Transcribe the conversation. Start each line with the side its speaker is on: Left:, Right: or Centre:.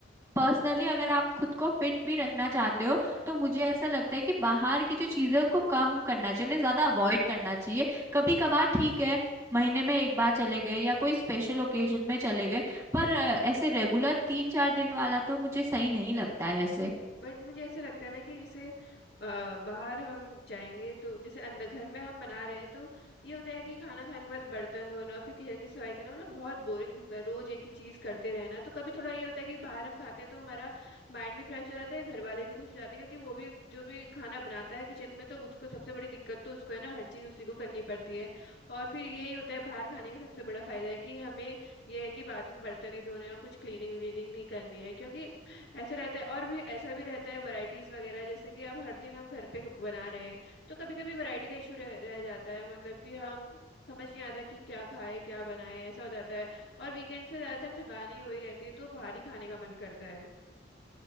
Right: पर्सनली अगर आप खुद को फिट भी रखना चाहते हो तो मुझे ऐसा लगता है कि बाहर की जो चीजें हैं, उनको कम करना चाहिए उन्हें ज्यादा अवॉइड करना चाहिए कभी कभार ठीक है महीने में एक बार चले गए या कोई स्पेशल ओकेजन में चले गए पर अ, ऐसे रेगुलर तीन चार दिन वाला तो मुझे सही नहीं लगता है वैसे
Left: बट मुझे ऐसा लगता है ना कि जैसे अ, बाहर हम जाएंगे तो जैसे अंदर घर में हम बना रहे हैं तो ये होता है कि खाना खाने के बाद बर्तन धोना और फिर किचन की सफाई करना मतलब बहुत बोरिंग होता है रोज एक ही चीज करते रहना तो कभी थोड़ा ये होता है कि बाहर हम खाते हैं तो हमारा माइंड भी फ्रेश हो जाता है घर वाले भी खुश हो जाते हैं क्योंकि वो भी जो भी खाना बनाता है किचन में तो उसको सबसे बड़ी दिक्कत तो उसको है ना हर चीज उसी को करनी पड़ती है और फिर यही होता है बाहर खाने का सबसे बड़ा फायदा है कि हमें ये है कि बाद में बर्तन नहीं धोने और कुछ क्लीनिंग व्लीनिंग नहीं करनी है क्योंकि ऐसा रहता है और भी ऐसा भी रहता है वैरायटीज वगैरह जैसे कि अब हर दिन हम घर पे बना रहे हैं तो कभी कभी वैरायटी का इशू रह, रह जाता है मतलब कि हम समझ नहीं आता कि क्या खाए क्या बनाए ऐसा हो जाता है और वीकेंड्स पे ज्यादातर थकान ही हुई रहती है तो बाहर ही खाने का मन करता है